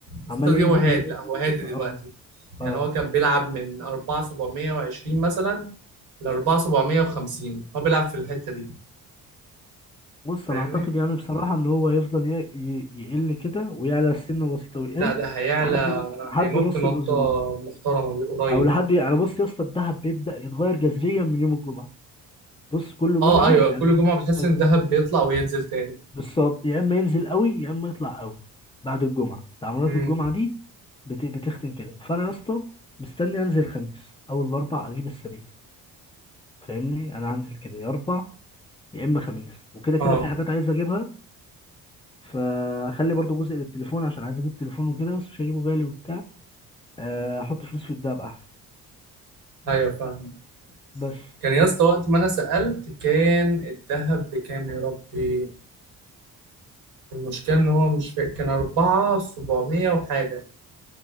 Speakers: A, on the right; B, on the left.
A: الفتره
B: عمال
A: دي
B: ينزل
A: هو هادي
B: ينزل
A: لا هو هادي
B: ينزل
A: دلوقتي
B: اه
A: يعني
B: اه
A: هو كان بيلعب من 4720 مثلا ل 4750 هو بيلعب في الحته دي
B: بص
A: فاهمني
B: انا اعتقد يعني بصراحه ان هو يفضل ي- ي- يقل كده ويعلى سنه بسيطه ويقل
A: لا ده هيعلى
B: لحد لحد
A: هينط
B: نص
A: نطه
B: الاسبوع
A: محترمه قريب
B: او لحد يعني بص يا اسطى الدهب بيبدا يتغير جذريا من يوم الجمعه بص كل
A: اه
B: جمعه
A: ايوه
B: يعني
A: كل
B: حتى
A: جمعه بتحس ان دهب بيطلع وينزل تاني
B: بالظبط يا اما ينزل قوي يا اما يطلع قوي بعد الجمعه تعاملات
A: امم
B: الجمعه دي بت... بتختم كده فانا يا اسطى مستني انزل الخميس اول الاربع اجيب السبيكه فاهمني انا هنزل كده يا اربع يا اما خميس وكده كده
A: اه
B: في حاجات عايز اجيبها فاخلي برضو جزء للتليفون عشان عايز اجيب تليفون وكده بس مش هجيبه غالي وبتاع آه، احط فلوس في الدهب احسن
A: ايوه فاهم
B: بس
A: كان يا اسطى وقت ما انا سالت كان الذهب بكام يا ربي المشكله ان هو مش فاكر كان 4700 وحاجه